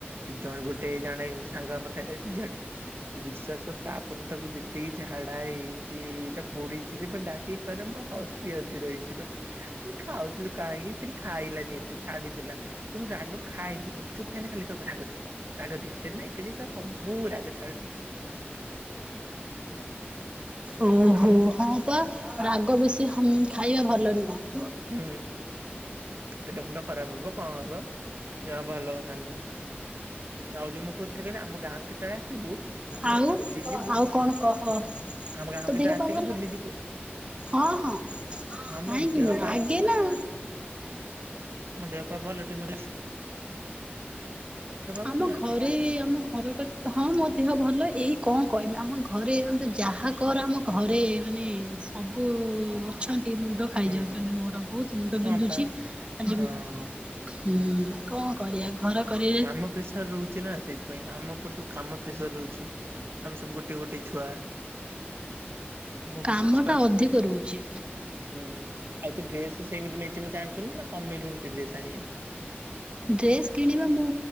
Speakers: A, on the right; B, on the right.
A: ଜଣେ ଗୋଟେ ଜଣେ ସାଙ୍ଗ ଆମର ଖାଇଲା ସିଏ ଝିଅଟେ ବିଶ୍ଵାସ କର ତାପର ଦିନ ତାକୁ ଯେତିକିି ଝାଡା ହେଇଚି ତା ପୋଡିଚି ସିଏ ପା ଡାକିକି କହିଲା ମୁଁ ହସି ହସି ରହିଚି ପା ମୁଁ ଖାଉଥିଲି କାହିଁକି ସେ ବି ଖାଇଲାନି ଏତେ ଛାଡିଦେଲା <unintelligible> ରାଗ ଖାଏ ଯେ ଗୁପଚୁପ୍ ଖାଇନେ ଖାଲି କହିବ ରାଗ ଦିଅ ରାଗ ଦିଅ ସେଦିନ ଏକି ଜେ ସବୁ ରାଗ ଛାଡ
B: ଓହୋ
A: ଆଉ
B: ହଉ ତ ରାଗ ବେଶି ହମ ଖାଇବା ଭଲ ନୁହଁ
A: ହୁଁ ପେଟ ମୁଣ୍ଡ ଖରାପ ହବ କଣ ହବ ଜମା ଭଲ କଥା ନୁହଁ ମୁଁ ଆଉ ଯୋଉ ମୁଁ କହୁଥିଲି କହିଲୁ ଆମ ଗାଁକୁ କେତେବେଳେ ଆସିବୁ
B: ଆଉ
A: ବୁଲି ଯିବୁ
B: ଆଉ କଣ କହ
A: ଆମ ଗାଁକୁ
B: ତୋ
A: କେତେବେଳେ
B: ଦେହ
A: ଆସିକି
B: ପା ଭଲ?
A: ବୁଲି ଯିବୁ
B: ହଁ ହଁ କାହିଁକିିନା
A: ହଁ ମୋ ଦେହ ପା
B: ଆଗେ ନା
A: ମୋ ଦେହ ପା ଭଲଟି ମୁଁ ଡିଚ୍ ଭଲ
B: ଆମ
A: ନା
B: ଘରେ
A: ଲୋ
B: ଆମ ଘର କ ହଁ ମୋ ଦେହ ଭଲ ଏଇ କଣ କହିମି ଆମ ଘରେ ମାନେ ତୁ ଯାହା କର ଆମ ଘରେ ମାନେ ସବୁ ଅଛନ୍ତି ମୁଣ୍ଡ ଖାଇଯାଉଚନ୍ତି
A: ହୁଁ
B: ମୋର ବୋହୁତ ମୁଣ୍ଡ
A: ହଁ
B: ବିନ୍ଧୁଚି
A: ପା
B: ଆଜି
A: ହଁ
B: ହୁଁ କଣ କରିଆ ଘର କରି
A: କାମ ପ୍ରେସର୍ ରହୁଚି ନା ସେଇଥି ନାଇଁ ଆମ ଉପରେ ସବୁ କାମ ପ୍ରେସର୍ ରହୁଚି ଆମେ ସବୁ ଗୋଟିଏ ଗୋଟିଏ ଛୁଆ। ମୁଁ ବିଶେଷ
B: କାମଟା
A: କ,
B: ଅଧିକ ରହୁଛି
A: ହୁଁ ଆଉ ତୁ ଡ୍ରେସ? ସେମିତି ମେଞ୍ଚେ ମେଞ୍ଚେ ଆଣୁଚୁନା କମେଇଲୁଣିି ଟିକେ ଡ୍ରେସ ଆଣିଆ?
B: ଡ୍ରେସ୍ କିଣିବା ମୁଁ